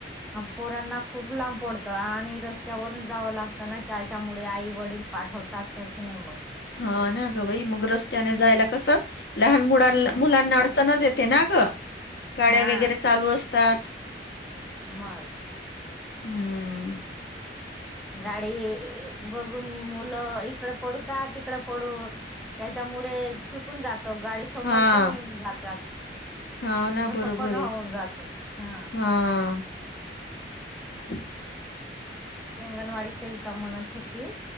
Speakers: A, in the centre; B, on the left.
A: पोरांना खूप लांब पडतं आणि रस्त्यावरून जावं लागतं ना त्याच्यामुळे आई वडील. पाठवतात तस नाही मग.
B: हा ना गं बाई मग रस्त्याने जायला कस. लहान मुला मुलांना अडचणच येते ना ग. गाड्या
A: हा
B: वगैरे चालू असतात.
A: मग.
B: हम्म
A: गाडी ए ए बघून मुलं इकड पडू का तिकडं पडू. त्याच्यामुळे चुकून जातो गाडी समोर
B: हा
A: पण येऊन जातात.
B: हा ना
A: तस
B: बरोबर
A: पण होऊन
B: आहे
A: जात हा.
B: हा <inaudible>
A: ती अंगणवाडी सेविका म्हणत होती.